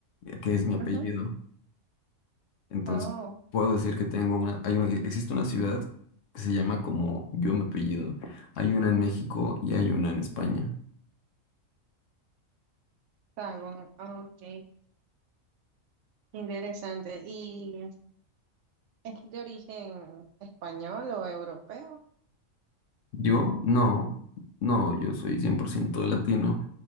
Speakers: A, on the left; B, on the right.
A: eh, que es mi apellido.
B: Ujú.
A: Entonces,
B: Oh,
A: puedo decir que tengo una, hay una, existe una ciudad que se llama como yo mi apellido. Hay una en México y hay una en España.
B: Sagún. Ah, Ok, interesante. ¿Y es de origen español o europeo?
A: Yo no, no, yo soy 100% latino.